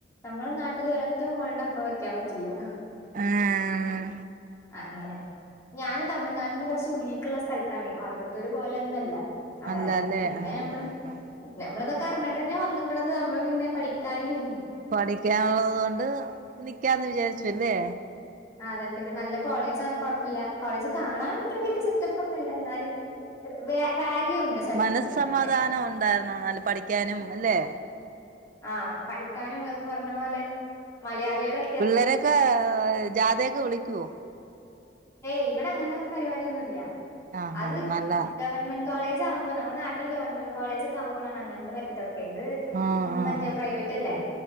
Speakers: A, on the left (about 15°); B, on the right (about 45°).
A: നമ്മളെ നാട്ടില് ഒരൊറ്റ മോള്ട ഇപ്പ വെക്കാൻ പറ്റില്ല
B: ആഹ്
A: അങ്ങനെ ഞാന് തമിഴ്നാട്ടിന്ന് കുറച്ച് ഉള്ളിക്കുള്ള സ്ഥലത്താണെ കോയമ്പ തൊരു പോലെയൊന്നുല്ല അതാരണം
B: അല്ലല്ലേ
A: പിന്നെ
B: ആഹ്
A: നമ്മള്
B: ആഹ് ആഹ്
A: നമ്മള ഇതൊക്കെ അറിഞ്ഞിട്ട് തന്നെ വന്നേക്കണത് നമ്മള് പിന്നെ പഠിക്കാനും
B: പഠിക്കാനുള്ളത് കൊണ്ട് നിക്കാന്ന് വിചാരിച്ചുല്ലേ
A: ആഹ് അതെ പിന്നെ നല്ല കോളേജ് ആണ് കുഴപ്പില്ല കോളേജ് കാണാൻ അത്ര വലിയ സെറ്റപ്പ് ഒന്നുല്ല എന്നാലും വ വാല്യൂ ഉണ്ട് സർട്ടിഫിക്കറ്റിനൊക്കെ
B: മനസ്സമാധാനം ഉണ്ടായിന്നോ എന്നല്ല പഠിക്കാനും അല്ലെ
A: ആഹ് പഠിക്കാനും ഇതൊക്കെ പറഞ്ഞ പോലെ മലയാളിയളെ
B: പിള്ളേരൊക്കെ ജാഥയൊക്കെ വിളിക്കുവോ
A: ഏയ് ഇവിടെ അങ്ങനെ പരിപാടിയൊന്നുംല്ല
B: ആഹ്
A: അത്
B: ആഹ് നല്ല
A: ഗവൺമെന്റ് കോളജ ആകുമ്പോ നമ്മ നാട്ടിൽ ഗവൺമെൻ കോളജക്കെ ആകുമ്പോ ആാണ് അങ്ങത്തെ ഒരു ഇതക്കെ ഇത്
B: ആഹ്
A: ഉം
B: ആഹ്
A: മറ്റേ
B: ആഹ്
A: പ്രൈവറ്റ് അല്ലേ